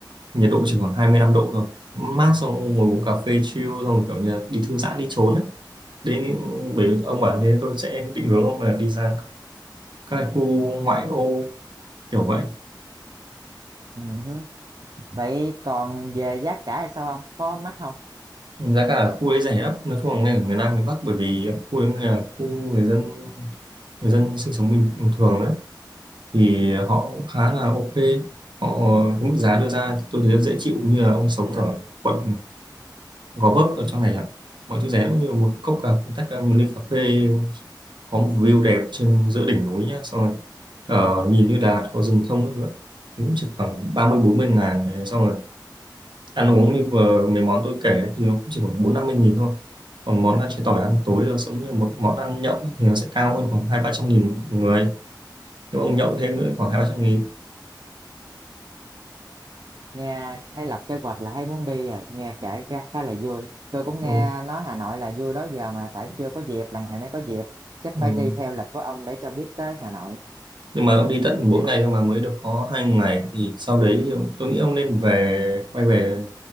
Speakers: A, on the right (about 75°); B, on the right (about 60°).
A: nhiệt độ chỉ khoảng 25 độ thôi mát xong ông ngồi uống cà phê chill xong rồi kiểu như là đi thư giãn đi trốn ấy. đến những- bởi vì ông bảo thế tôi sẽ định hướng ông là đi ra các cái khu
B: đúng
A: ngoại
B: rồi
A: ô kiểu vậy
B: Ừ hứ. vậy còn về giá cả thì sao ông có mắc không
A: giá cả ở khu đấy rẻ lắm nói chung là ngay ở miền Nam miền Bắc bởi vì khu đấy là khu người dân người dân sinh sống bình thường đấy thì họ cũng khá là ok họ cái mức giá đưa ra thì tôi thấy dễ chịu như là ông sống ở quận Gò Vấp ở trong này chẳng hạn mọi thứ rẻ cũng như một cốc cà một tách cà- một ly cà phê có một view đẹp trên giữa đỉnh núi nhá xong rồi ờ, nhìn như là có rừng thông các thứ ạ. Thì cũng chỉ khoảng ba mươi bốn mươi ngàn này. xong rồi ăn uống như vừa mấy món tôi kể ấy, thì nó cũng chỉ khoảng bốn năm mươi nghìn thôi còn món ăn chế tỏi ăn tối rồi giống như một món ăn nhậu ấy, thì nó sẽ cao hơn khoảng hai ba trăm nghìn một người nếu ông nhậu thêm nữa khoảng hai ba trăm nghìn
B: nghe hay lập kế hoạch là hay muốn đi à nghe kể ra khá là vui tôi cũng
A: ừ.
B: nghe nói Hà Nội là vui đó giờ mà tại chưa có dịp lần này mới có dịp chắc
A: ừ.
B: phải đi theo lịch của ông để cho biết tới Hà Nội
A: nhưng mà ông đi tận 4 ngày cơ mà mới được có hai ngày thì sau đấy thì ông- tôi nghĩ ông nên về quay về